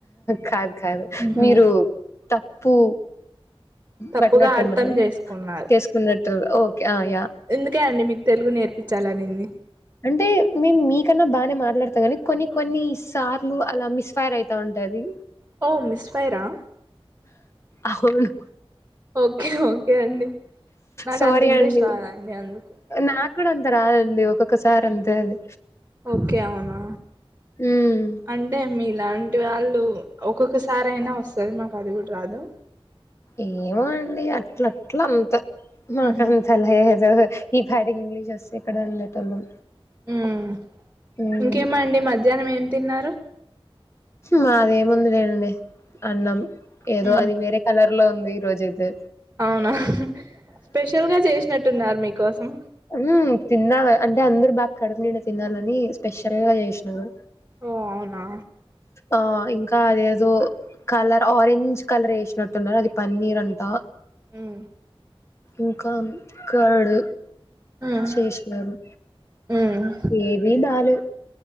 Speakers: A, on the left; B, on the right.
A: కాదు. కాదు
B: హుహు.
A: మీరు తప్పు.
B: తప్పుగా
A: పట్టినట్టున్నారు.
B: అర్థం చేసుకున్నారు.
A: చేసుకున్నట్టు ఓకే. ఆ! యాహ్!
B: ఇందుకే అండి మీకు తెలుగు నేర్ప్ పిచ్చాలనింది.
A: అంటే మేం మీకన్నా బానే మాట్లాడతా కాని కొన్ని కొన్ని సార్లు అలా మిస్ ఫైర్ అయితా ఉంటాది.
B: ఓ మిస్ ఫైర్ ఆ
A: అవును.
B: ఓకె ఓకె అండి. నాకు
A: సారీ
B: అంత ఇంగ్లీష్
A: అండి.
B: రాదండి అందుకు
A: నాకు అంత రాదండి ఒక్కొక్కసారి అంతే అది.
B: ఓకే అవునా
A: హ్మ్.
B: అంటే మీరు ఇలాంటి వాళ్ళు ఒక్కొక్కసారి అయినా వస్తది మాకు అది కూడ రాదు.
A: ఏమో అండి అట్లట్ల అంత మాకంత
B: ఉహు
A: లేదు ఈ పాటికి ఇంగ్లీషొస్తే ఎక్కడొ ఉండేటోళ్ళం
B: హ్మ్
A: హ్మ్.
B: ఇంకేమండి మధ్యాహ్నం ఏం తిన్నారు
A: మాది ఏముందిలేనండి అన్నం ఏదో
B: ఉమ్
A: అది వేరే కలర్ లో ఉంది ఈ రోజైతే
B: అవునా స్పెషల్ గా చేసినట్టున్నారు మీకోసం
A: మ్మ్ తిన్నావా అంటే అందురు బాగా కడుపు నిండ తినాలని స్పెషల్ గా చేసినాషినారు
B: ఓ అవున
A: ఆ ఇంకా అదేదో కలర్ ఆరెంజ్ కలర్ ఏసషినట్టున్నారు అది పన్నీరంటా.
B: హ్మ్
A: ఇంకా కాడ్
B: ఉమ్
A: చేషినరు
B: ఉమ్
A: ఏబీ బాలేవు